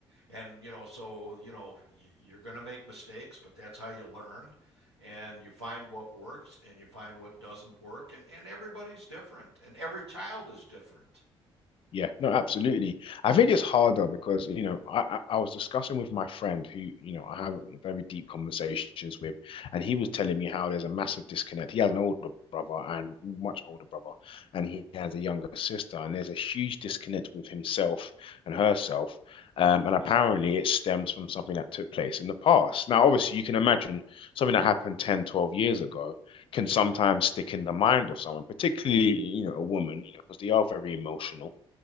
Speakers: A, on the right (about 85°); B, on the left (about 40°).
A: and you know, so you know, you're going to make mistakes, but that's how you learn, and you find what works and you find what doesn't work, and and everybody's different, and every child is different.
B: Yeah, no, absolutely. I think it's harder because, you know, I, I I was discussing with my friend who, you know, I have very deep conversations with, and he was telling me how there's a massive disconnect. He has an older brother and much older brother, and he has a younger sister, and there's a huge disconnect with himself and herself. Um, and apparently it stems from something that took place in the past. Now, obviously, you can imagine something that happened 10, 12 years ago. can sometimes stick in the mind of someone, particularly, you know, a woman, you know, because they are very emotional